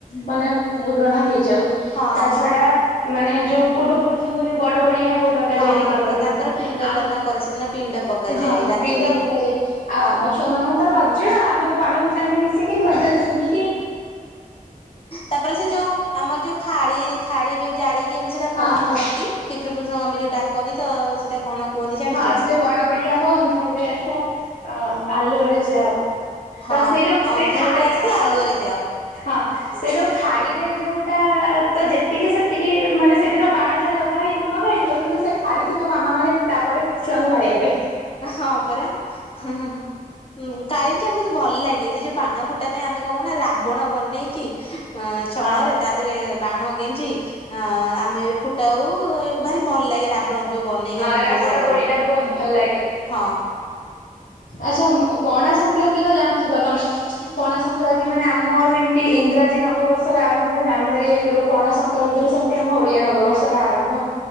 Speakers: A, on the left (about 60°); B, on the left (about 40°).
A: ମାନେ ପୂରଣ ହେଇଯାଉ
B: ହଁ
A: ତା
B: ହଁ
A: ଛଡା ମାନେ ଯୋଉ ପୂର୍ବ ପୁରୁଷଙ୍କ ଯୋଉ ବଡ ବଡିଆ ହୋ ଡ ଡକାଯାଏ
B: ହଁ
A: ଦୀପାବଳି
B: ତ
A: ଦିନ
B: ତାଙ୍କର ପିଣ୍ଡ
A: ଆଉ
B: ଦାନ କରେ ସେଦିନ ପିଣ୍ଡ ପକାଯାଏ
A: ହଁ
B: ରାତିରେ
A: ପିଣ୍ଡ ପକାଯାଏ ଆଉ ଆମ ଛୁଆ ମାନ ତମର ତ ରଜ ଆମେ ତ ବାଣ ଫୁ ଫୁଟାନ୍ତି ମିଶିକି
B: ହଁ
A: ନୂଆ ଡ୍ରେସ ପିନ୍ଧିକି।
B: ତାପରେ ସେ ଯୋଉ ଆମର ଯୋଉ ଖାଳି ଖାଡି ଯୋଉ ଜାଳିକି ଆମେ ସେଇଟା
A: ହଁ
B: କଣ
A: ହଁ
B: କୁହନ୍ତି। ପିତୃପୁରୁଷଙ୍କୁ ଆମେ ଯଉ ଡାକନ୍ତି ତ ସେଇଟା କଣ କୁହନ୍ତି ଜାଣିଛ।
A: ହଁ ସେ ଯୋଉ ବଡ ବଡିଆ ହୋ ଅନ୍ଧାରରେ ଆସ ଅ ଆଲୁଅରେ ଯାଅ
B: ହଁ
A: ତ ସେ ଯୋଉ
B: ଅନ୍ଧାରରେ
A: ସେ ଖାଡିର
B: ଆସି
A: ତ
B: ଆଲୁଅରେ ଯାଅ
A: ହଁ। ସେ ଯୋଉ ଖାଡିରେ ଯୋଉଟା ତ ଯେତିକି ସେତିକି ମାନେ ସେଦିନ ବାଣ ଯା ଲଗା ହେଇ ଥିବ ଲଗା ହେଇଥିବ କିନ୍ତୁ ସେ ଖାଡ଼ିଥିବ ମାମା ମାନେ ତାପରେ ଛୁଆଙ୍କୁ ବାଡେଇବା ପାଇ।
B: ହଁ ପରା ହୁଁ ହୁଁ। କାଳୀ ପୂଜା ବହୁତ ଭଲ ଲାଗେ ସେ ଯୋଉ ବାଣ ଫୁଟା ପାଇଁ ଆମେ କଣ କରୁନା ସେ ରାବଣ ବନେଇକି ଅ ଛଣରେ
A: ହଁ
B: ତା ଦେହରେ ବାଣ ଗେଞ୍ଜି ଅ ଆମେ ଫୁ ଟ ଭାରି ଭଲ ଲାଗେ ରାବଣ ଯୋଉ ବନେଇକି
A: ହଁ
B: ଆମେ
A: ରାବଣ
B: ଯୋଉ ସବୁ କରୁ।
A: ପୋଡିଟା ବହୁତ ଭଲ ଲାଗେ।
B: ହଁ।
A: ଆଚ୍ଛା, ପଣା ସଂକ୍ରାନ୍ତି ତ ଜାଣିଥିବ ତମେ? ପଣା ସଂକ୍ରାନ୍ତି ମାନେ ଆମ ଯେମିତି ଇଂରାଜୀ ନବବର୍ଷର ଆରମ୍ଭ ଜାନୁଆରୀ ଏକ ରୁ ପଣା ସଂକ୍ରାନ୍ତି ରେ ସେମତି ଆମ ଓଡିଆ ନବବର୍ଷର ଆରମ୍ଭ